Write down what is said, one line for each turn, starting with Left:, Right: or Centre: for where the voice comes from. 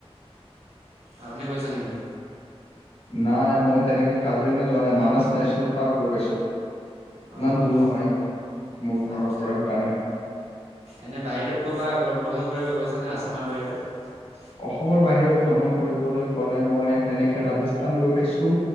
Right: আপুনি গৈছে নেকি?
Left: নাই মই তেনেকে কাজিৰঙা যোৱা নাই মানাস নেশ্যনেল পাৰ্ক গৈ পাইছো। ইমান
Right: অঁ
Left: দূৰ নহয় মোৰ ঘৰৰ
Right: আচ্ছা
Left: পৰা সেই কাৰণে
Right: এনে বাহিৰত ক'বাত ভ্ৰমণ কৰিব গৈছ নে আছামৰ বাহিৰত
Left: অসমৰ বাহিৰত ভ্ৰমণ কৰিবলৈ গ'লে মই তেনেকে ৰাজস্থান গৈ পাইছো।